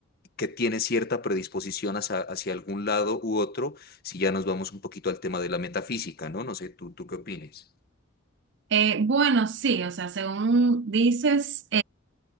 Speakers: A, on the left; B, on the right.
A: que tiene cierta predisposición hacia, hacia algún lado u otro si ya nos vamos un poquito al tema de la metafísica, ¿no? No sé, ¿tú, tú qué opinas
B: Eh, bueno, sí, o sea, según dices,